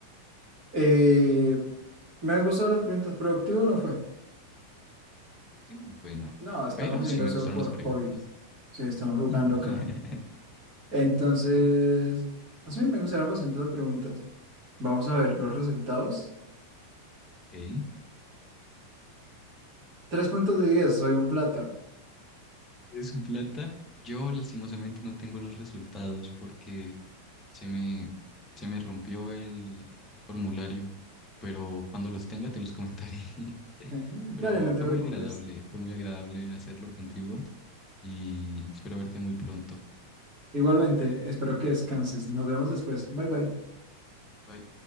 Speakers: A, on the right (about 30°); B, on the left (about 20°).
A: Eh, ¿me han gustado las preguntas? ¿Productivo o no fue?
B: Último no fue, no.
A: No, estamos
B: Pero
A: haciendo
B: sí me
A: eso
B: gustaron
A: por
B: las preguntas.
A: hobby. Sí, estamos jugando
B: <laughs>
A: acá. Entonces, a mí me gustaron bastante las preguntas. Vamos a ver los resultados.
B: Ok.
A: Tres puntos de 10 soy un plata.
B: Es un plata. Yo lastimosamente no tengo los resultados porque se me, se me rompió el, el formulario. Pero cuando los tenga te los comentaré. <laughs>
A: <laughs>
B: Pero
A: Dale, no
B: fue
A: te preocupes.
B: muy agradable, fue muy agradable hacerlo contigo y espero verte muy pronto.
A: Igualmente, espero que descanses. Nos vemos después. Bye bye.
B: Bye.